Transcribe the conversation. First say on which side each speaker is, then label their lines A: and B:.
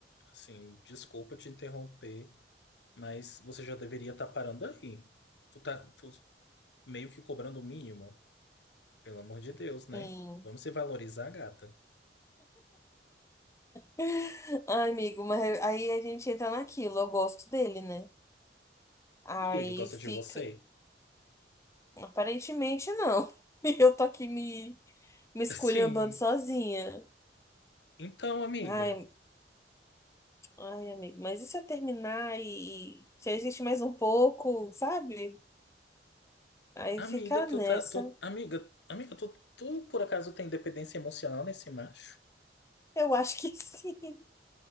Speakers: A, on the left; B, on the left.
A: assim, desculpa te interromper. Mas você já deveria estar parando aí. Tu tá tu meio que cobrando o mínimo. Pelo amor de Deus, né?
B: hum.
A: Vamos se valorizar, gata.
B: <laughs> Ai, amigo, mas aí a gente entra naquilo, eu gosto dele, né? Aí
A: E ele gosta
B: fica.
A: de você?
B: Aparentemente não. <laughs> E eu tô aqui me, me esculhambando
A: <laughs> Sim.
B: sozinha.
A: então, amiga.
B: Ai, ai, amigo, mas e se eu terminar e, e se a gente mais um pouco, sabe? Aí
A: Amiga,
B: fica nessa.
A: tu tá. Tu, amiga, amiga, tu, tu por acaso tem dependência emocional nesse macho?
B: Eu acho que <laughs> sim.